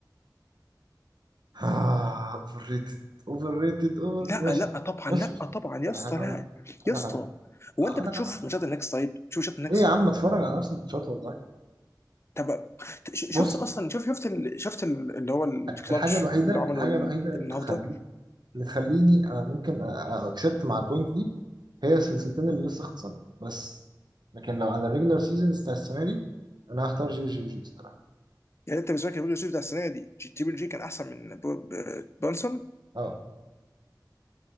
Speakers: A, on the right; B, on the left.
A: آه اوفر ريتد اوفر ريتد اوفر
B: لا
A: ماشي
B: لا طبعا
A: بص
B: لا
A: بص
B: طبعا
A: أقول
B: يا اسطى
A: لك على
B: لا
A: حاجة، أقول
B: يا اسطى
A: لك على حاجة،
B: هو
A: أقول
B: انت بتشوف
A: لك على حاجة.
B: ماتشات النكس طيب شوف ماتشات النكس
A: ليه يا عم اتفرج على نفس الماتشات والله
B: طب شفت
A: بص
B: اصلا شوف شفت ال... شفت ال... اللي هو الكلاتش
A: الحاجة الوحيدة
B: اللي عمله
A: الحاجة
B: ال-
A: الوحيدة اللي
B: النهارده
A: تخليه اللي تخليني آه، ممكن اكسبت مع البوينت دي هي السلسلتين اللي لسه خلصانه بس لكن لو على الريجلر سيزونز بتاع السنه دي انا هختار جي جي جي الصراحه
B: يعني انت بالنسبه لك البيج بتاع السنه دي جي- تريبل جي كان احسن من بو- ب- بونسون
A: اه